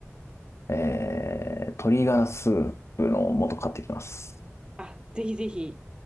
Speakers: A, on the left (about 60°); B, on the right (about 20°).
A: えー、鶏ガラスープの素買ってきます。
B: あ、ぜひぜひ。